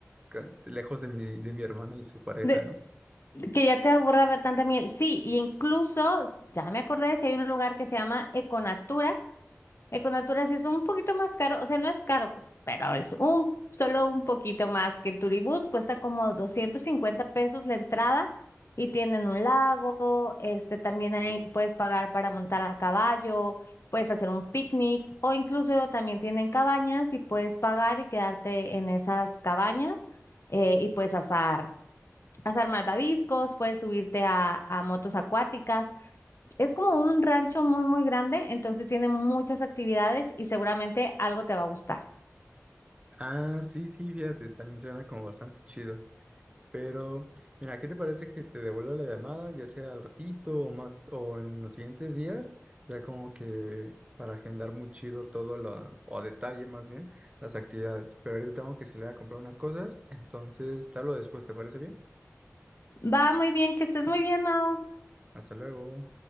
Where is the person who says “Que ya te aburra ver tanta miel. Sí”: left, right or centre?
Left